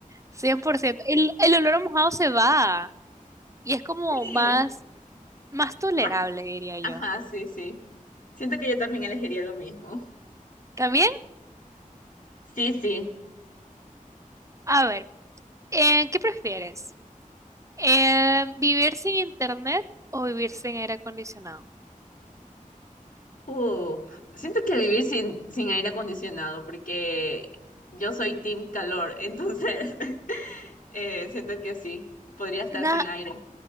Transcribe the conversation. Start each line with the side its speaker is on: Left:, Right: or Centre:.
Right: cien por ciento. El, el olor a mojado se va y es como
Left: sí.
Right: más, más tolerable,
Left: Más-
Right: diría yo.
Left: Ajá, sí, sí. Siento que yo también elegiría lo mismo.
Right: También,
Left: Sí, sí.
Right: a ver, eh, ¿qué prefieres? Em, ¿vivir sin internet o vivir sin aire acondicionado?
Left: Uh, siento que vivir sin, sin aire acondicionado, porque yo soy team calor, entonces <laughs> eh, siento que sí, podría estar
Right: Na-
Left: sin aire. <laughs>